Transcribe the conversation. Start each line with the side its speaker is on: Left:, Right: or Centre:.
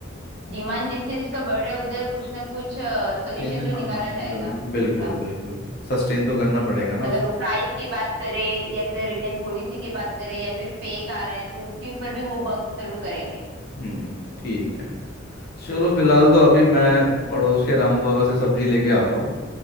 Right: डिमांड जिस चीज का बढ़ रहा है उधर कुछ ना कुछ सोल्यूशन
Left: चेंजेस
Right: तो
Left: हाँ
Right: निकाला
Left: बिल,
Right: जाएगा उस चीज
Left: बिल्कुल
Right: का
Left: बिल्कुल सस्टेन तो करना पड़ेगा ना
Right: अगर
Left: उसको
Right: वो प्राइस की बात करे या फिर
Left: हम्म
Right: रिटर्न पॉलिसी की बात करे या फिर फेक आ रहा है तो उसके ऊपर भी वो वर्क जरूर करेंगे
Left: हम्म, ठीक है चलो फिलहाल तो अभी मैं पड़ोस के रामू काका से सब्जी लेके आता हूँ